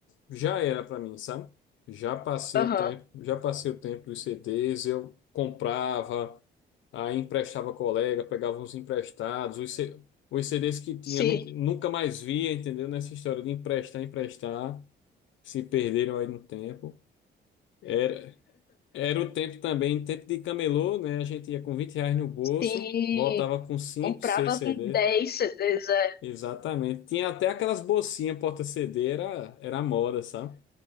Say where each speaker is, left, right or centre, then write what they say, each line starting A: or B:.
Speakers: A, on the left; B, on the left.
A: já era para mim, sabe? Já passei
B: Aham.
A: o tempo, já passei o tempo dos CDs, eu comprava, aí emprestava colega, pegava uns emprestados, os, C- os CDs que tinha,
B: Sim,
A: nu- nunca mais via, entendeu? Nessa história de emprestar, emprestar, se perderam aí no tempo. Era, era o tempo também, tempo de camelô, né? A gente ia com 20 reais no bolso,
B: sim.
A: voltava com 5,
B: Comprava
A: 6 CDs.
B: com 10 CDs, é.
A: Exatamente. Tinha até aquelas bolsinhas porta-CD, era, era a moda, sabe?